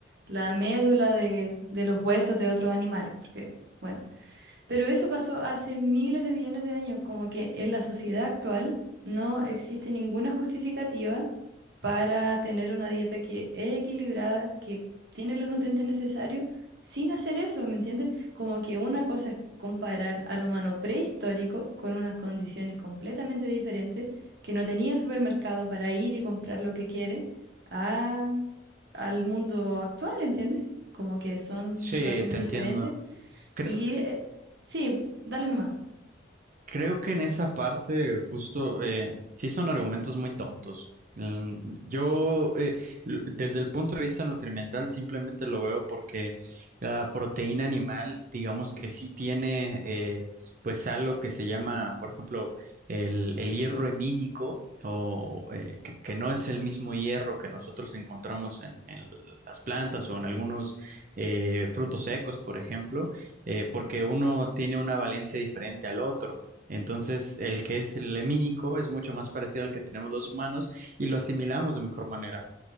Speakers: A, on the right; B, on the right.
A: la médula de, de los huesos de otros animales, porque, bueno, Pero eso pasó hace miles de millones de años, como que en la sociedad actual no existe ninguna justificativa para tener una dieta que es equilibrada, que tiene los nutrientes necesarios, sin hacer eso, ¿me entiendes? Como que una cosa es comparar al humano prehistórico con unas condiciones completamente diferentes, que no tenía supermercado para ir y comprar lo que quiere, a, al mundo actual, ¿entiendes? Como que son
B: Sí,
A: razones
B: te
A: diferentes
B: entiendo. creo
A: y eh, sí, dale nomás.
B: Creo que en esa parte justo eh, sí son argumentos muy tontos. Mm, Yo eh, l- desde el punto de vista nutrimental simplemente lo veo porque la proteína animal, digamos que sí tiene eh, pues algo que se llama, por ejemplo, el, el hierro hemínico o eh, que, que no es el mismo hierro que nosotros encontramos en, en las plantas o en algunos eh, frutos secos, por ejemplo, eh, porque uno tiene una valencia diferente al otro. Entonces, el que es el lemínico es mucho más parecido al que tenemos los humanos y lo asimilamos de mejor manera.